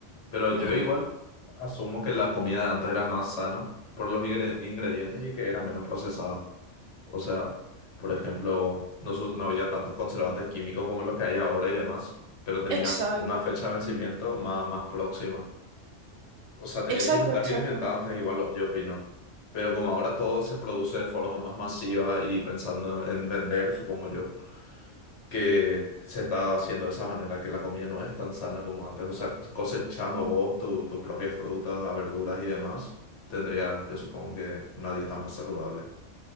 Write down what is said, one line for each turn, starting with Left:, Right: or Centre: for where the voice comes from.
Left: Pero yo
Right: Ujú.
Left: igual asumo que la comida de antes era más sana por los ingre- ingredientes y que era menos procesada. O sea, por ejemplo, no, su- no había tantos conservantes químicos como los que hay ahora y demás, pero tenía
Right: Exacto,
Left: una fecha de vencimiento más, más próxima. O sea, tenía
Right: exacto,
Left: sus ventajas
Right: exacto.
Left: y desventajas, igual lo- yo opino. Pero como ahora todo se produce de forma más masiva y pensando en vender, supongo yo, que se está haciendo de esa manera, que la comida no es tan sana como antes. O sea, cosechando vos tu- tus propias frutas, verduras y demás, tendría, yo supongo que una dieta más saludable.